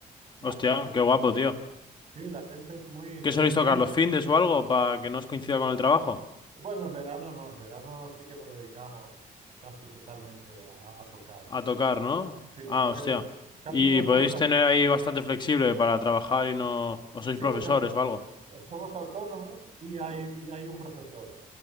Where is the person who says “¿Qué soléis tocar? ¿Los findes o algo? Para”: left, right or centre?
Left